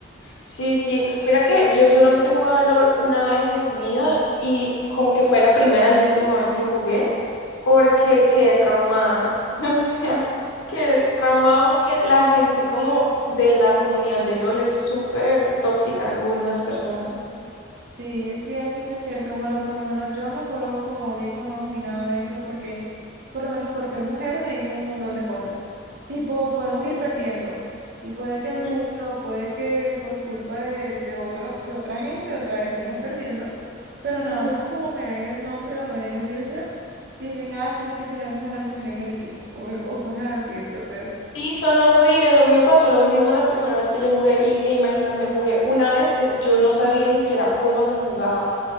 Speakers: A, on the left; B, on the right.
A: Sí, sí. Mira que yo solamente he jugado LOL una vez en mi vida y como que fue la primera y última vez que jugué porque quedé traumada. <laughs> O sea, quedé traumada porque la gente como de la comunidad de LOL es súper tóxica, algunas personas.
B: Sí, sí, eso sí es cierto. Bueno, por lo menos yo no juego con audífonos ni nada de eso porque, por lo menos por ser mujer, me dicen un montón de cosas. Tipo, podemos ir perdiendo. Y puede que el
A: Mm,
B: jungla o puede que por culpa de, de otro, de otra gente, o sea, estemos perdiendo. Pero nada
A: ujú.
B: más como me ven el nombre o me ven el user, dicen, ah, sí, es que tenemos una mujer en el equipo o, o cosas así. Entonces,
A: Sí, son horribles. A mí me pasó lo mismo la primera vez que yo jugué y, e imagínate, jugué una vez, eh, yo no sabía ni siquiera cómo se jugaba.